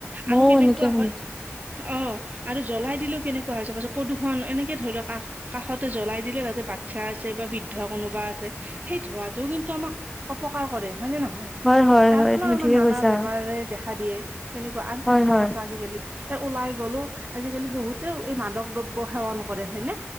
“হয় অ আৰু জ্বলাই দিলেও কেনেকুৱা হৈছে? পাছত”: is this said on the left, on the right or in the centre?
Right